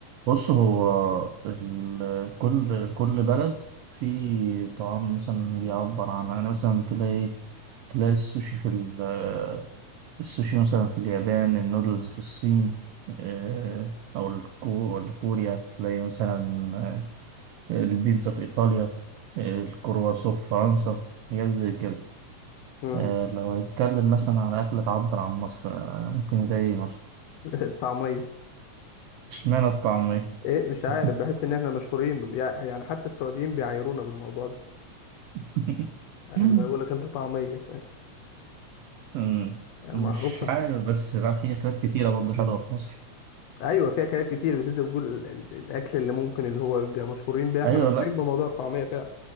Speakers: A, on the right; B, on the left.
A: بص هو ال- كل كل بلد في طعام مثلا بيعبر عنها يعني مثلا تلاقي تلاقي السوشي في ال- السوشي مثلا في اليابان النودلز في الصين آه، أو الكو ولا كوريا تلاقي مثلا آه، البيتزا في إيطاليا آه، الكرواسون في فرنسا حاجات زي كده
B: مم.
A: آه، لو هنتكلم مثلا على أكلة تعبر عن مصر آه، ممكن نلاقي مصر
B: <laughs> الطعمية
A: اشمعنى الطعمية
B: ايه مش عارف
A: <laughs>
B: بحس ان احنا مشهورين بال- يع- يعني حتى السعوديين بيعايرونا بالموضوع ده
A: <laughs>
B: يعني اللي يقول لك انت طعمية فاهم
A: أمم،
B: يعني
A: مش
B: معروفة
A: عارف بس لا في أكلات كتيرة برضه حلوة في مصر
B: ايوه فيها اكلات كتير بس انت بتقول ال- ال- الاكل اللي ممكن اللي هو يبقى مشهورين بيه احنا
A: أيوة
B: مشهورين
A: لا
B: بموضوع الطعمية فعلا